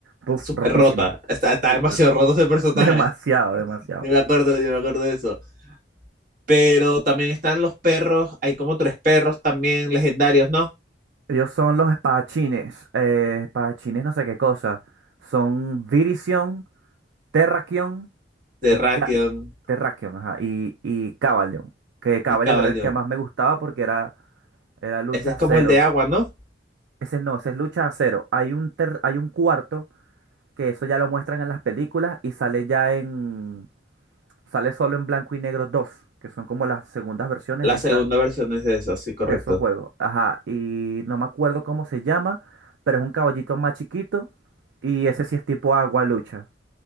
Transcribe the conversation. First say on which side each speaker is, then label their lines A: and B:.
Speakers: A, on the right (about 80°); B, on the right (about 50°).
A: puf,
B: súper
A: rotísima.
B: rota, está, está
A: Súper
B: demasiado roto ese personaje.
A: <laughs> Demasiado,
B: <laughs>
A: demasiado.
B: Yo me acuerdo, yo me acuerdo de eso. Pero también están los perros, hay como tres perros también legendarios, ¿no?
A: Ellos son los espadachines. eh, espadachines, no sé qué cosa. Son Virición, Terrakion
B: De
A: y
B: Terrakion
A: Ca- Terrakion, ajá, y, y Cavalion. Que Cavalion
B: y Cabaleón.
A: era el que más me gustaba porque era, era lucha
B: Ese es como
A: cero.
B: el de agua, ¿no?
A: Ese no, ese es lucha cero. Hay un, ter- hay un cuarto que eso ya lo muestran en las películas y sale ya en. Sale solo en blanco y negro 2 que son como las segundas versiones
B: La
A: de esta
B: segunda versión es de eso, sí, correcto.
A: de esos juegos. Ajá, y no me acuerdo cómo se llama, pero es un caballito más chiquito y ese sí es tipo agua lucha.